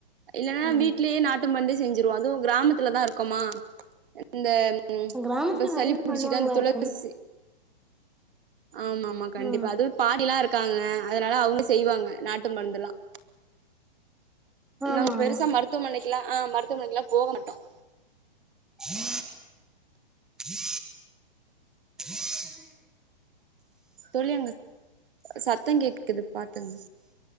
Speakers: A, on the right; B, in the centre.
A: இல்லைன்னா
B: ம்
A: வீட்லேயே நாட்டு மருந்தே செஞ்சிருவோம் அதுவும் கிராமத்து தான் இருக்குமா இந்த உம்
B: கிராமத்துல
A: இப்ப சளி
B: நெறைய பேர்
A: புடிச்சுட்டா
B: பண்ணுவாங்களா
A: அந்த துளசி
B: இருக்கும்
A: ஆமா ஆமா கண்டிப்பா
B: ஆ
A: அதுவும் பாட்டில்லாம் இருக்கும் இருக்காங்க அதனால அவங்க செய்வாங்க நாட்டு மருந்துல்லாம்
B: ஆமா
A: நாங்க பெருசா
B: ஆமா
A: மருத்துவமனைக்கு ஆஹ் மருத்துவமனைக்குல்லாம் போகமாட்டோம்
B: கீ கீ கீ <unintelligible>
A: தோழி சத்தம் கேட்குது இது பாத்துங்க